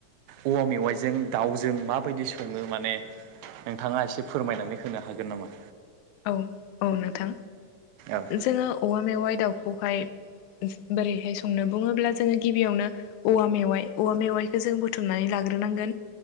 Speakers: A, on the right; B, on the left.
A: औवा मेवाइजों दावजों माबायदि संङो माने नोंथांङा एसे फोरमायनानै होनो हागोन नामा?
B: औ औ नोंथां।
A: औ
B: जोंङो औवा मेवाय दाव खौहाय बोरैहाय संनो बुंङोब्ला जोंङो गिबियावनो औवा मेवाइ औवा मेवाइखौ जों बुथ थुमनानै लाग्रोनांगोन